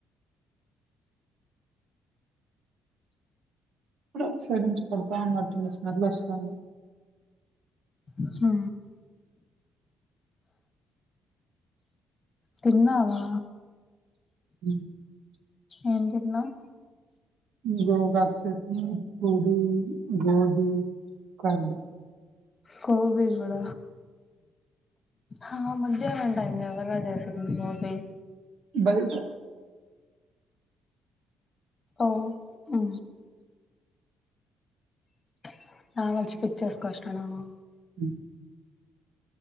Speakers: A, on the right; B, on the left.
A: ఇప్పుడే ఒక సైడ్ నుంచి పడతా ఉన్నట్టుంది. స్మెల్ ఒస్తాంది.
B: హు తిన్నావా
A: <inaudible>
B: ఏం దిన్నవ్
A: గోగాకు చట్నీ పూరీ గోబి కర్డ్
B: కోబి గుడ హమ ధ్యానం టైంగ ఎవరో చేసింది గోబి
A: బయ్ టా
B: ఓ ఉ <unintelligible>
A: <inaudible>